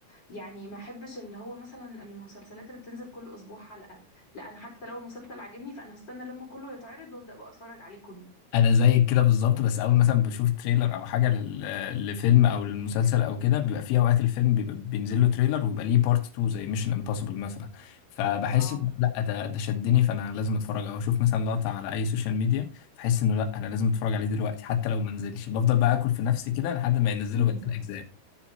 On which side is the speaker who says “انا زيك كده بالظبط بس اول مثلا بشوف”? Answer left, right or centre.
Left